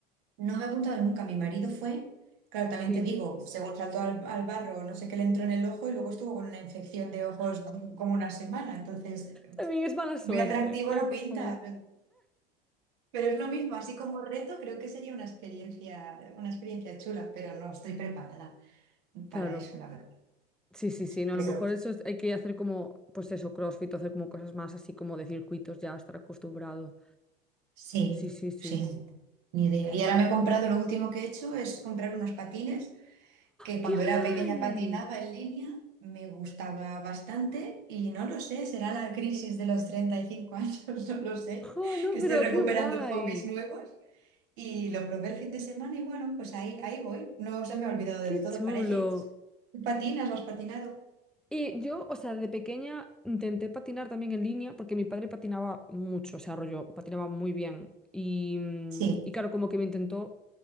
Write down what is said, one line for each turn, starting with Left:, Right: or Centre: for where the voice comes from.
Right: No me he apuntado nunca, mi marido fue, claro, también
Centre: Sí.
Right: te digo, según saltó al, al barro, no sé qué le entró en el ojo y luego estuvo con una infección de ojos como una semana. Entonces,
Centre: También es mala suerte.
Right: muy atractivo
Centre: Ay,
Right: no
Centre: por
Right: pinta.
Centre: favor.
Right: Pero es lo mismo, así como reto, creo que sería una experiencia, una experiencia chula, pero no estoy preparada
Centre: Claro.
Right: para eso, la verdad.
Centre: Sí, sí, sí. No,
Right: Pero
Centre: a lo mejor eso es- hay que hacer como, pues eso, CrossFit, o hacer como cosas más así como de circuitos, ya estar acostumbrado.
Right: sí,
Centre: Sí, sí, sí.
Right: sí, ni idea. Y ahora me he comprado, lo último que he hecho es comprar unos patines, que
Centre: ¡Qué
Right: cuando
Centre: guay!
Right: era pequeña patinaba en línea, me gustaba bastante y no lo sé, será la crisis de los 35 años, <laughs> no lo sé,
Centre: ¡Oh, no,
Right: que estoy
Centre: pero
Right: recuperando
Centre: qué guay!
Right: hobbies nuevos. Y lo probé el fin de semana y bueno, pues ahí, ahí voy. No se me ha olvidado del
Centre: ¡Qué
Right: todo,
Centre: chulo!
Right: parece. ¿Patinas? ¿Lo has patinado?
Centre: Y yo, o sea, de pequeña intenté patinar también en línea porque mi padre patinaba mucho, o sea, rollo, patinaba muy bien. Y, mm,
Right: Sí.
Centre: y claro, como que me intentó